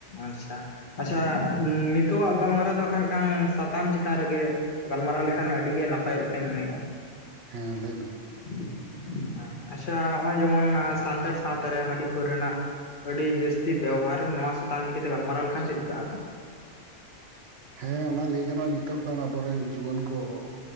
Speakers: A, on the left; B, on the right.
A: ᱟᱪᱪᱷᱟ ᱟᱪᱪᱷᱟᱼ ᱱᱤᱛᱚᱜᱼᱟ ᱜᱟᱞᱢᱟᱨᱟᱣ ᱫᱚ ᱦᱟᱜ ᱢᱤᱫᱴᱟᱝ ᱥᱟᱛᱟᱢ ᱪᱮᱛᱟᱱ ᱨᱮᱜᱮ ᱜᱟᱞᱢᱟᱨᱟᱣ ᱞᱮᱠᱷᱟᱱ ᱟᱹᱰᱤᱜᱮ ᱱᱟᱯᱟᱭᱚᱜ ᱞᱮᱠᱟᱧ ᱢᱚᱱᱮᱜᱼᱟ
B: ᱦᱮᱸ ᱞᱟᱹᱭᱵᱤᱱ
A: <unintelligible> ᱦᱮᱸ ᱟᱪᱪᱷᱟ ᱱᱚᱜ ᱚᱭ ᱡᱮᱢᱚᱱ ᱥᱟᱱᱛᱟᱲ ᱥᱟᱶᱛᱟᱮ ᱦᱟᱺᱰᱤ ᱯᱟᱹᱣᱨᱟᱹ ᱨᱮᱱᱟᱜ ᱟᱹᱰᱤ ᱡᱟᱹᱥᱛᱤ ᱵᱮᱣᱦᱟᱨ ᱨᱮ ᱱᱚᱣᱟ ᱥᱟᱛᱟᱢ ᱤᱫᱤ ᱠᱟᱛᱮᱫ ᱜᱟᱞᱢᱟᱨᱟᱣ ᱞᱮᱠᱷᱟᱱ ᱪᱮᱫ ᱞᱮᱠᱟᱜᱼᱟ
B: ᱦᱮᱸ ᱚᱱᱟ ᱞᱟᱹᱭ ᱜᱟᱱᱚᱜᱼᱟ ᱱᱤᱛᱚᱜ ᱠᱟᱱ ᱟᱵᱚᱨᱮᱱ ᱡᱩᱣᱟᱹᱱ ᱠᱚ